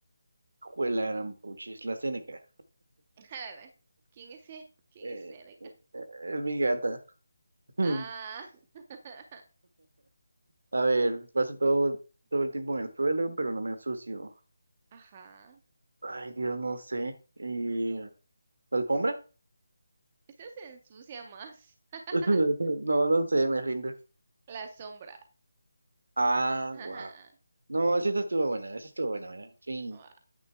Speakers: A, on the right; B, on the right.
A: Juela, gran puchis, la Seneca.
B: <laughs> A la gran, ¿Quién es ese? ¿Quién
A: Eh,
B: es ese?
A: eh, es mi gata. <laughs>
B: Ah, <laughs>
A: A ver, paso todo, todo el tiempo en el suelo, pero no me ensucio.
B: ajá.
A: Ay, Dios, no sé. ¿Y la alfombra?
B: Esta se ensucia más. <laughs>
A: <laughs> No, no sé, me rindo.
B: La sombra.
A: Ah,
B: <laughs>
A: wow. No, esa esa estuvo buena, esa estuvo buena, ¿verdad? Sí.
B: Ua,